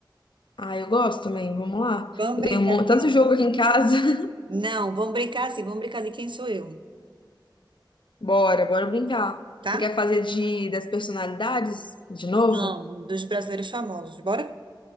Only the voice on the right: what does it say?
Vamos
brincar
de quem...
Não, vamos brincar assim, vamos brincar de quem sou eu,
tá?
Vamos, dos brasileiros famosos, bora?